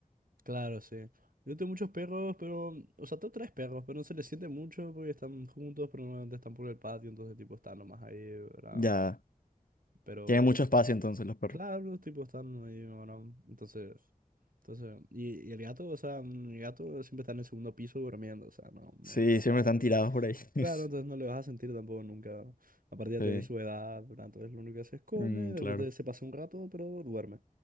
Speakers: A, on the right; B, on the left.
A: Claro, sí. Yo tengo muchos perros, pero... O sea, tengo tres perros, pero no se les siente mucho porque están juntos, pero normalmente están por el patio, entonces tipo están nomás ahí, ¿verdad?
B: Ya,
A: Pero,
B: tiene mucho
A: pero
B: espacio entonces los perros.
A: Claro, los tipos están ahí, bueno, entonces, entonces, y, y el gato, o sea, mm, el gato siempre está en el segundo piso durmiendo, o sea, no, no
B: Sí,
A: le vas
B: siempre
A: a
B: están
A: ver.
B: tirados por ahí.
A: Claro,
B: <laughs>
A: entonces no le vas a sentir tampoco nunca. Aparte ya
B: Sí,
A: tiene su edad, ¿verdad? Entonces lo único que hace es come,
B: mm,
A: de
B: claro.
A: repente se pasa un rato, pero duerme.